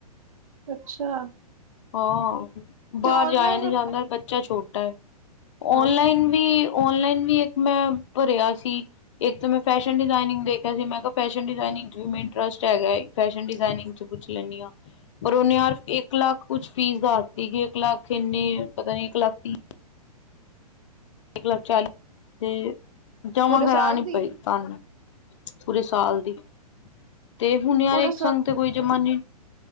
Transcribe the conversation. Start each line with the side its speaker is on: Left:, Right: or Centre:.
Right: ਅੱਛਾ।
Left: ਹਾਂ, ਬਾਰ
Right: ਤੇ ਔਨਲਾਈਨ
Left: ਜਾਏਆ ਨੀ ਜਾਂਦਾ ਬੱਚਾ ਛੋਟਾ ਐ,
Right: ਹਮ
Left: ਔਨਲਾਈਨ ਵੀ ਔਨਲਾਈਨ ਵੀ ਇੱਕ ਮੈਂ ਭਰਿਆ ਸੀ ਇੱਕ ਤੇ ਮੈਂ ਫੈਸ਼ਨ ਡਿਜ਼ਾਇਨਿੰਗ ਦੇ ਕਿਆ ਸੀ ਮੈਂ ਕਿਆ ਫੈਸ਼ਨ ਡਿਜ਼ਾਏਨਿੰਗ ਚ ਵੀ ਮੈਂ ਇੰਟਰਸਟ ਹੈਗਾ ਏ ਫੈਸ਼ਨ ਡਿਜ਼ਾਏਨਿੰਗ ਚ ਪੁੱਛ ਲੈਨੀ ਆਂ। ਪਰ ਓਨੇ ਯਾਰ ਇੱਕ ਲੱਖ ਕੁਛ ਫੀਸ ਦੱਸਤੀ ਕਿ ਇੱਕ ਲੱਖ ਇੰਨੀ ਪਤਾ ਨੀ ਇੱਕ ਲੱਖ ਤੀ ਇੱਕ ਲੱਖ ਚਾਲੀ ਤੇ ਜਮਾਂ
Right: ਪੂਰੇ
Left: ਕਰਾਨੀ
Right: ਸਾਲ ਦੀ
Left: ਪਈ ਸਾਨੂੰ। ਪੂਰੇ ਸਾਲ ਦੀ ਤੇ ਹੁਨ ਯਾਰ
Right: ਪੂਰੇ
Left: ਇੱਕ ਸੰਗ ਤੇ ਕੋਈ ਜਮਾ ਨੀ